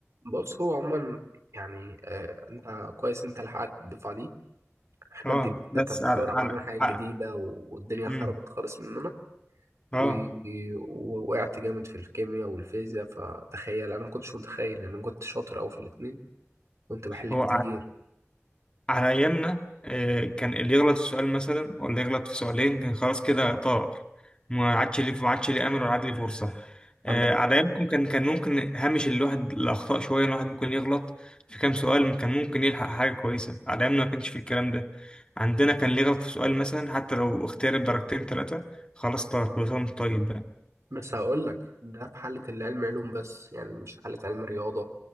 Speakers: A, on the right (about 85°); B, on the left (about 20°).
A: بص هو عموما يعني آه أنت كويس أنت لحقت الدفعة دي إحنا
B: اه
A: دنيتنا
B: بس
A: كانت
B: على
A: بتجرب
B: على
A: علينا حاجات جديدة
B: على-
A: و- والدنيا
B: امم
A: خربت خالص مننا و-
B: اه
A: ووقعت جامد في الكيمياء والفيزياء فتخيل أنا ما كنتش متخيل يعني أنا كنت شاطر أوي في الاتنين كنت بحل
B: هو
A: كتير
B: على أيامنا آه، كان اللي يغلط في سؤال مثلا ولا يغلط في سؤالين كان خلاص كده طار ما عادش ليه ما عادش ليه أمل ولا عاد ليه فرصة آه،
A: عندك
B: على أيامكم كان كان ممكن هامش الواحد الأخطاء شوية الواحد ممكن يغلط في كام سؤال كان ممكن يلحق حاجة كويسة على أيامنا ما كانش في الكلام ده عندنا كان اللي يغلط في سؤال مثلا حتى لو اختيار بدرجتين ثلاثة خلاص طار كل سنة وأنت طيب بقى
A: بس هقول لك ده في حالة اللي علم علوم بس يعني مش حالة علم رياضة